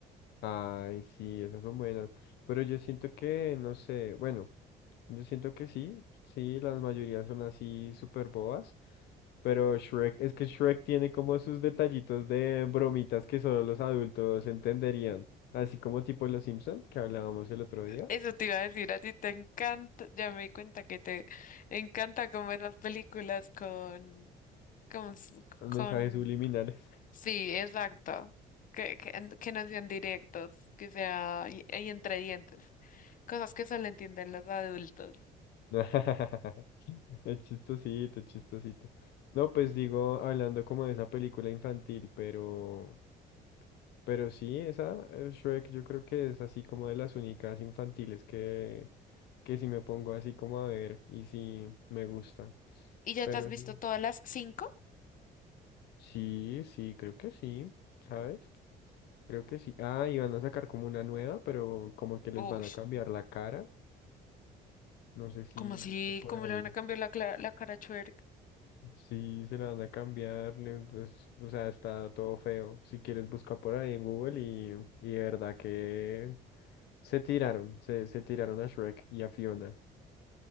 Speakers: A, on the left; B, on the left.
A: ay, sí, esas son buenas, pero yo siento que, no sé, bueno. Yo siento que sí, sí, las mayorías son así súper bobas, pero Shrek, es que Shrek tiene como sus detallitos de bromitas que solo los adultos entenderían, así como tipo Los Simpson, que hablábamos el otro día,
B: Eso te iba a decir, a ti te encanta, ya me di cuenta que te encanta como esas películas con, con, s-
A: los mensajes
B: con
A: subliminales.
B: Sí, exacto. Que, que, que no sean directos, que sea y, y entre dientes. Cosas que solo entienden los adultos.
A: <laughs> Es chistosito, es chistosito. No, pues digo, hablando como de esa película infantil, pero Pero sí, esa eh, Shrek yo creo que es así como de las únicas infantiles que, que si me pongo así como a ver y si me gusta.
B: ¿Y ya
A: Pero
B: te has visto
A: sí.
B: todas las cinco?
A: Sí, sí, creo que sí, ¿sabes? Creo que sí. Ah, y van a sacar como una nueva, pero como que les
B: Uy,
A: van a cambiar la cara. No sé si
B: ¿cómo así?
A: viste por
B: ¿Cómo
A: ahí.
B: le van a cambiar la, cla- la cara a Shrek?
A: Sí, se la van a cambiar, le- pues, o sea, está todo feo. Si quieres busca por ahí en Google y, y de verdad que se tiraron, se, se tiraron a Shrek y a Fiona